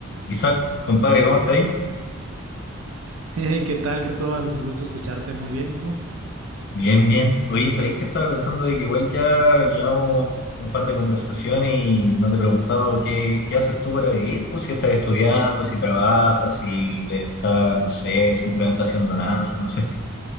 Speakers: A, on the left; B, on the right.
A: Isaac, compadre, ¿cómo está ahí?
B: Hey, ¿qué tal, Cristóbal? Un gusto escucharte. Muy bien, ¿y tú?
A: Bien, bien. Oye, ¿sabéis que estaba pensando de que igual ya llevamos un par de conversaciones y no te he preguntado qué, qué haces tú para vivir? Pues si estás estudiando, si trabajas, si estás, no sé, simplemente haciendo nada, no sé.